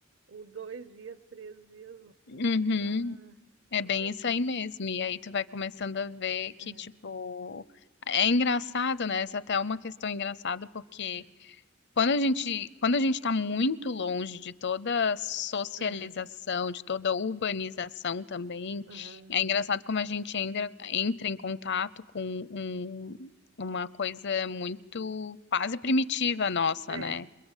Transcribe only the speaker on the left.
Uhum.
É
bem
isso
aí mesmo.
E aí tu vai começando a ver que,
tipo, é engraçado, né? Essa até é uma questão engraçada, porque
Quando a gente, quando a gente está muito longe de toda socialização,
de toda urbanização também,
é engraçado como a gente ainda entra em contato com um- uma coisa muito quase primitiva nossa,
né?